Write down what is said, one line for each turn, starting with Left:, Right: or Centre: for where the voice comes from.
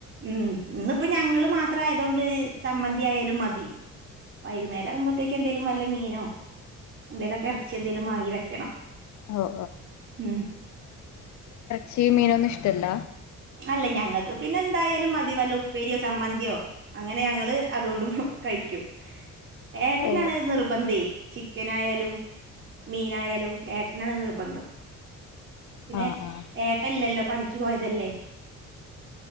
Right: ഉം ന്ന്പ്പോ ഞങ്ങള് മാത്രമായതോണ്ട് ചമ്മന്തി ആയാലും മതി വൈകുന്നേരമാകുമ്പോത്തേക്കും എന്തേലും വല്ല മീനോ എന്തേലൊക്കെ എർച്ചി എന്തേലും വാങ്ങി വെക്കണം
Left: ഓ
Right: ഉം
Left: ചീ മീനൊന്നും ഇഷ്ടല്ല
Right: അല്ല ഞങ്ങക്ക് പിന്നെ ന്തായാലും മതി വല്ല ഉപ്പേരിയോ ചമ്മന്തിയോ അങ്ങനെ ഞങ്ങള് അതുകൊണ്ട് ഫു കഴിക്കും ഏട്ടനാണ്
Left: ഓ
Right: നിർബന്ധേ ചിക്കനായാലും മീനായാലും ഏട്ടനാണ് നിർബന്ധം പിന്നെ
Left: ആഹ് ആഹ്
Right: ഏട്ടല്ലല്ലോ പണിക്ക് പോയതല്ലേ